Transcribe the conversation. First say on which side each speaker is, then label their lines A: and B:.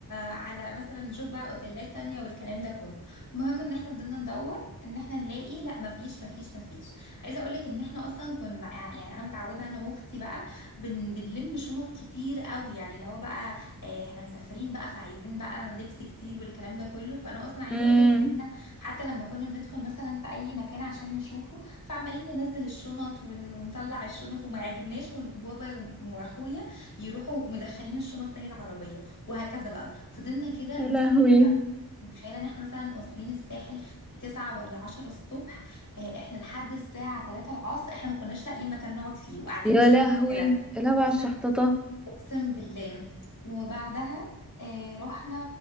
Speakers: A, on the left; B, in the centre.
A: على مثلا نشوف بقى اوتيلات تانية والكلام ده كله المهم ان احنا فضلنا ندور ان احنا نلاقي لا مفيش مفيش مفيش عايزه اقول لك ان احنا اصلا كنا آه، يعني انا متعوده انا واختي بقى بن بنلم شنط كتير قوي يعني اللي هو بقى آه، احنا مسافرين بقى فعايزين بقى لبس كتير والكلام ده كله فانا اصلا عايزه
B: امم
A: اقول لك ان احنا حتى لما كنا بندخل مثلا في اي مكان عشان نشوفه فعمالين ننزل الشنط ون... ونطلع الشنط وما يعجبناش وبابا وم- واخويا يروحوا مدخلين الشنط تاني العربيه وهكذا بقى فضلنا كده
B: يا
A: مثلا
B: لهوي
A: متخيله ان احنا مثلا واصلين الساحل تسعة ولا عشرة الصبح آه، احنا لحد الساعه تلاتة العصر احنا ما كناش لاقيين مكان نقعد فيه وقاعدين
B: يا
A: بشنطنا
B: لهوي
A: كده
B: يا لهوي
A: اقسم
B: على الشحططة
A: اقسم بالله وبعدها آه رحنا